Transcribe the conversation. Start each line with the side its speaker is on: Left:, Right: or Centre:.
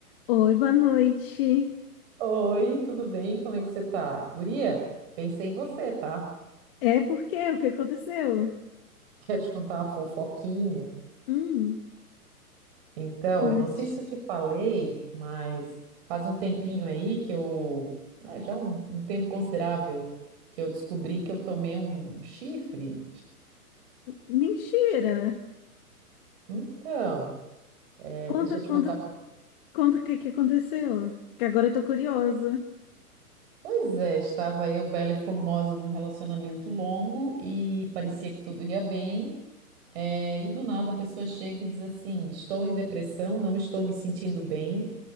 Left: Oi, boa noite.
Right: Oi, tudo bem? Como é que você tá? Guria, pensei em você, tá?
Left: É porque o que aconteceu?
Right: <laughs> Quer te contar uma fofoquinha?
Left: Hum,
Right: Então,
Left: conte.
Right: eu não sei se eu te falei, mas faz um tempinho aí que eu. é, já um, um tempo considerável que eu descobri que eu tomei um chifre.
Left: Mentira.
Right: Então, é,
Left: Conta,
Right: deixa eu te
Left: conta,
Right: contar. co-
Left: conta o que que aconteceu. Que agora eu tô curiosa.
Right: Pois é, estava eu, bela e formosa, num relacionamento longo e parecia que tudo ia bem. É, e do nada a pessoa chega e diz assim: estou em depressão, não estou me sentindo bem,